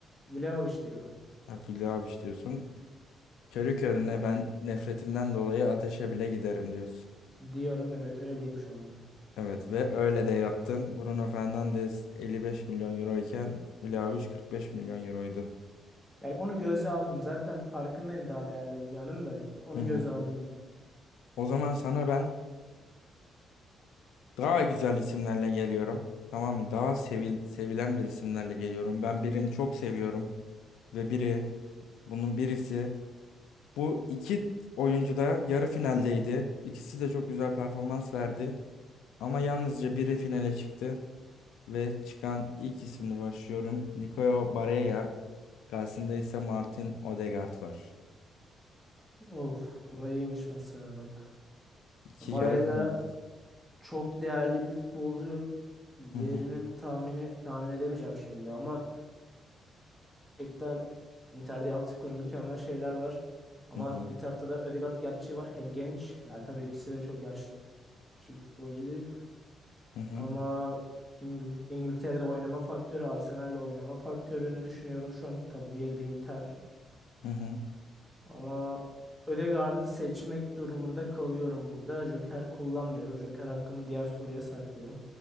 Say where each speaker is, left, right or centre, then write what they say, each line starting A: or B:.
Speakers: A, in the centre; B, on the left (about 85°).
A: Vlahovic diyorum.
B: Ha, Vlahovic diyorsun. Körü körüne ben nefretimden dolayı ateşe bile giderim diyorsun.
A: Diyorum evet öyleyim şu anda.
B: Evet ve öyle de yaptın. Bruno Fernandes 55 milyon euro iken Vlahovic 45 milyon euroydu.
A: Yani onu göze aldım. Zaten farkındayım daha değerli olacağının da. Onu
B: Hı hı.
A: göze aldım ya.
B: O zaman sana ben daha güzel isimlerle geliyorum. Tamam mı? Daha sevil sevilen bir isimlerle geliyorum. Ben birini çok seviyorum ve biri bunun birisi bu iki oyuncu da yarı finaldeydi. İkisi de çok güzel performans verdi. Ama yalnızca biri finale çıktı. Ve çıkan ilk isimle başlıyorum. Nicolas Barella. Karşısında ise Martin Odegaard var.
A: Of burayıymış mesela bak.
B: İki
A: Barella
B: yarı finalist.
A: çok değerli bir futbolcu. Değerinin
B: Hı hı
A: tahmini tahmin edemeyeceğim şimdi ama gerçekten Inter'de yaptıkları mükemmel şeyler var. Ama
B: hı hı
A: bir tarafta da Ødegaard gerçeği var. Hem genç. Ya tabii ikisi de çok yaşlı bir futbolcu değil.
B: hı hı
A: Ama İngil- İngiltere'de oynama faktörü, Arsenal'le oynama faktörünü düşünüyorum şu an. Tabii diğeri de Inter.
B: hı. hı.
A: Ama Ödegaard'ı seçmek durumunda kalıyorum burada. Joker kullanmıyorum. Joker hakkımı diğer soruya saklıyorum.